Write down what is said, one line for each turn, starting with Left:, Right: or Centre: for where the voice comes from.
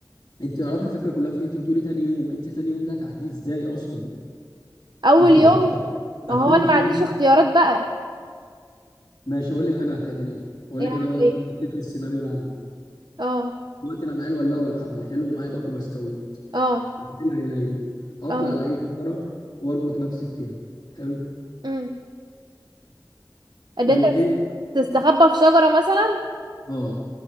Left: انت تعرفي الفكره كلها في إيه؟ انت بتقولي تاني يوم انت تاني يوم ده هتعديه ازاي اصلا
Right: اول
Left: انت
Right: يوم
Left: فاكره هتنامي
Right: هو انا
Left: فين
Right: ما عنديش اختيارات بقى
Left: ماشي اقول لك انا هتعمل ايه اقول
Right: ايه
Left: لك
Right: اعمل
Left: انا لو انا
Right: ايه
Left: اتحطيت في السيناريو ده هعمل ايه
Right: اه
Left: دلوقتي انا معايا الولاعه والحبل حلو ومعايا باكو بسكويت
Right: اه
Left: العيله هيلين هطلع
Right: اه
Left: على اي شجره واربط نفسي فيها حلو
Right: امم ان
Left: والايه
Right: انت تستخبى في شجرة مثلا
Left: اه